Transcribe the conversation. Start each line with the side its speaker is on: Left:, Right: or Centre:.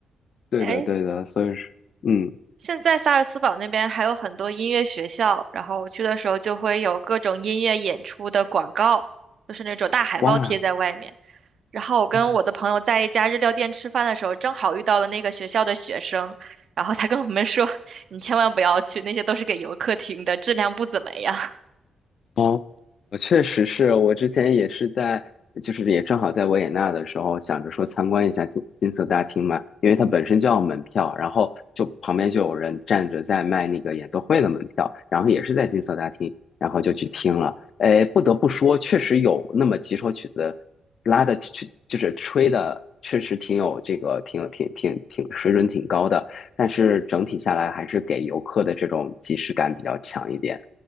Left: 对的，
Right: 哎，
Left: 对的，所以是，嗯，
Right: 现在萨尔茨堡那边还有很多音乐学校，然后我去的时候就会有各种音乐演出的广告，就是那种大海报贴在外面。
Left: 哇。
Right: 然后我跟我的朋友在一家日料店吃饭的时候，
Left: 嗯
Right: 正好遇到了那个学校的学生，然后他跟我们说：“你千万不要去，那些都是给游客听的，质量不怎么样。”
Left: 哦，我确实是我之前也是在，就是也正好在维也纳的时候，想着说参观一下金金色大厅嘛，因为它本身就要门票，
Right: 嗯，
Left: 然后就旁边就有人站着在卖那个演奏会的门票，然后也是在金色大厅，然后就去听了。哎，不得不说，确实有那么几首曲子拉的去，就是吹的，确实挺有这个，挺有挺挺挺水准挺高的，但是整体下来还是给游客的这种即视感比较强一点。